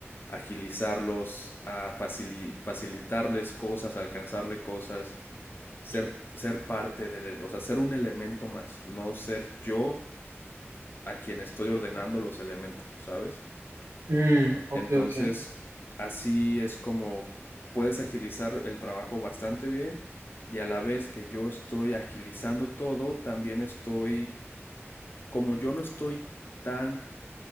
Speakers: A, on the left; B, on the right.
A: agilizarlos, a facili- facilitarles cosas, alcanzarle cosas ser, ser parte del, e, o sea, ser un elemento más, no ser yo a quien estoy ordenando los elementos, ¿sabes?
B: Mm, ok,
A: Entonces,
B: ok.
A: así es como puedes agilizar el trabajo bastante bien y a la vez que yo estoy agilizando todo, también estoy, como yo no estoy tan